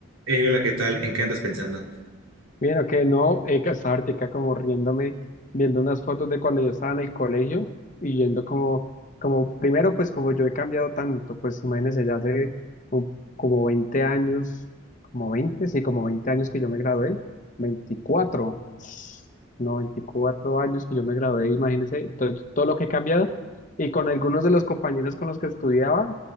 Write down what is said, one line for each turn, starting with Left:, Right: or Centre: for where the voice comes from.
Right: Hey, hola, ¿qué tal? ¿En qué andas pensando? <laughs>
Left: Mira, que no, eh, que estaba ahorita como riéndome, viendo unas fotos de cuando yo estaba en el colegio y yendo como, como primero, pues como yo he cambiado tanto, pues imagínense, ya hace un- como 20 años, como 20 sí, como 20 años que yo me gradué, 24 no, 24 años que yo me gradué, imagínense, todo, todo lo que he cambiado y con algunos de los compañeros con los que estudiaba,